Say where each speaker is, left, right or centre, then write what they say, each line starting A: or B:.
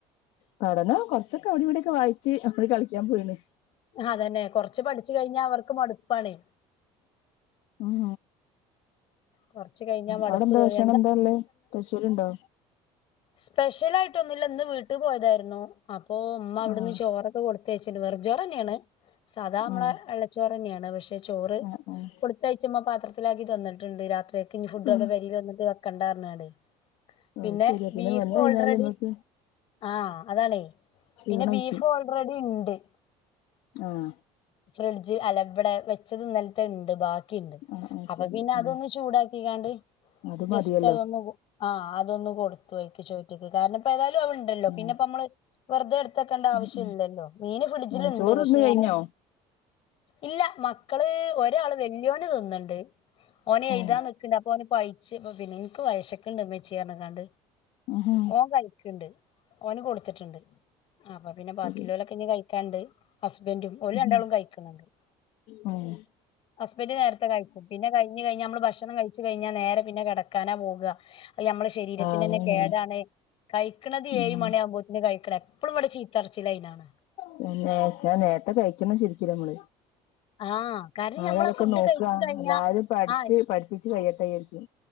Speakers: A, on the left; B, on the left.
A: പഠനം കൊറച്ചൊക്കെ അവിടേം ഇവിടൊക്കെ വായിച്ച് <unintelligible> കളിക്കാൻ പോയിന്
B: അതന്നെ കൊറച്ച് പഠിച്ചു കഴിഞ്ഞാ അവർക്ക് മടുപ്പാണേ
A: ഉം
B: കൊറച്ച് കഴിഞ്ഞാ മടുപ്പ്
A: അവിടെ എന്താ
B: തോന്നി
A: ഭക്ഷണം എന്താ ഉള്ളേ സ്പെഷ്യൽ ഉണ്ടോ
B: സ്പെഷ്യലായിട്ട് ഒന്നുല്ല ഇന്ന് വീട്ടിൽ പോയതായിരുന്നു അപ്പോ ഉമ്മ അവിടുന്ന്
A: ആഹ്
B: ചോറൊക്കെ കൊടുത്ത് കൊടുത്തയച്ചിണ്ട് വെറും ചോറ് തന്നെയാണ് സാധാ നമ്മള
A: ആഹ്
B: വെള്ളച്ചോറ് തന്നെയാണ് പക്ഷെ ചോറ്
A: ആഹ് ആഹ്
B: കൊടു തയച്ചുമ്മ പാത്രത്തിലാക്കി തന്നിട്ടുണ്ട് രാത്രിേക്ക് ഇനി ഫുഡ് അവിടെ
A: ആഹ്
B: പെരിൽ വന്നിട്ട് വെക്കണ്ടാ പറഞ്ഞാണ്ടേ പിന്നെ
A: ആഹ് ശരിയാ
B: ബീഫ്
A: വന്ന് കഴിഞ്ഞാല്
B: ഓൾറെഡി
A: നമ്മക്ക്
B: ആഹ് അതാണേ
A: ക്ഷീണായിക്കും
B: പിന്നെ ബീഫ് ഓൾറെഡി ഉണ്ട്
A: ആഹ്
B: ഫ്രിഡ്ജ് അല ഇബിടെ വെച്ചത് ഇന്നലത്തെ ഇണ്ട് ബാക്കി കിണ്ട്
A: ആഹ് ആഹ്
B: അപ്പൊ
A: ശരി
B: പിന്നെ അതൊന്ന്
A: ഉം
B: ചൂടാക്കിക്കാണ്ട്
A: അത്
B: ജസ്റ്റ്
A: മതിയല്ലോ
B: അതൊന്ന് ആഹ് അതൊന്ന് കൊടുത്തൊയ്ക്ക ചോറ്റിക്ക് കാരണം ഇപ്പ ഏതായാലും അവ ണ്ടല്ലോ
A: ഉം
B: പിന്നെപ്പ നമ്മള് വെറുതെ എടുതക്കേണ്ട ആവശ്യല്ലല്ലോ
A: ഉം ഉം
B: മീന് ഫ്രിഡ്ജിലുണ്ട്
A: ഉം ചോറ്ന്ന്
B: പക്ഷെ
A: കഴിഞ്ഞോ
B: ഞാൻ ഇല്ല മക്കള് ഒരാള് വല്യോന് തിന്നണ്ട് ഓന് എഴുതാൻ
A: ഉം
B: അപൊ ഓന് പൈച്ചി പിന്നെം എനിക്ക് വെശക്കെണ്ട് ഉമ്മച്ചിയെ പറഞ്ഞിക്കാണ്ട്
A: ആഹാ
B: ഓൻ കഴിക്കണ്ട് ഓന് കൊടുത്തിട്ടുണ്ട് അപ്പൊ പിന്നെ ബാക്കിലോലൊക്കെ
A: ശരി
B: ഇനി കഴിക്കാണ്ട് ഹസ്ബൻഡും ഓര്
A: ഉം
B: രണ്ടാളും കഴിക്കുന്നുണ്ട്
A: ആഹ്
B: ഹസ്ബന്റ് നേരത്തെ കഴിക്കും പിന്നെ കഴിഞ്ഞ് കഴിഞ്ഞാ നമ്മള് ഭക്ഷണം കഴിച്ച് കഴിഞ്ഞാൽ നേരെ പിന്നെ കിടക്കാനാ പോക അത് നമ്മുടെ ശരീരത്തിനന്നെ
A: അങ്ങനെ
B: കേടാണ് കഴിക്കണത്
A: ഉം
B: ഏഴ് മണിയാവുമ്പോ കഴിക്കണം എപ്പഴും ഇവിടെ ചീത്തറിച്ചലൈനാണ്
A: പിന്നെ നേരത്തെ കഴിക്കണം ശരിക്കും ഞമ്മള്
B: ആഹ് കാരണം
A: ആരാ
B: ഞമ്മളാ
A: അതൊക്കെ
B: ഫുഡ്
A: നോക്കാ
B: കഴിച്ച് കഴിഞ്ഞാ
A: എല്ലാരും പഠിച്ച്
B: ആഹ്
A: പഠിപ്പിച്ച് കയ്യട്ടെ വിജാരിക്കും